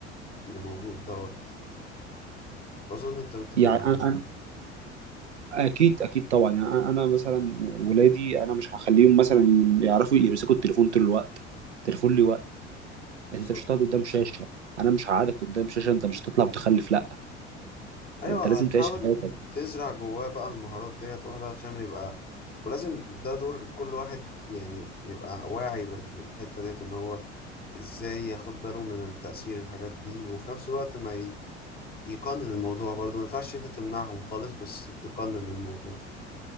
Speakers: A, on the left; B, on the right.
A: اللي موجود دوت بظن أنت متفق
B: يعني
A: معايا
B: انا اكيد اكيد طبعا يعني انا أنا مثلا ولادي انا مش هخليهم مثلا يعرفوا يمسكوا التليفون طول الوقت التليفون ليه وقت
A: بالظبط
B: انت مش هتقعد قدام شاشه انا مش هقعدك قدام شاشه انت مش هتطلع متخلف لا
A: ايوه
B: انت لازم
A: هتحاول
B: تعيش حياتك
A: تزرع جواه بقى المهارات ديت واحده عشان يبقى ولازم ده دور كل واحد يعني يبقى واعي بال- بالحته ديت ان هو ازاي ياخد باله من تأثير الحاجات دي وفي نفس الوقت ما ي- يقنن الموضوع برضه ما ينفعش انت تمنعهم خالص بس تقنن الموضوع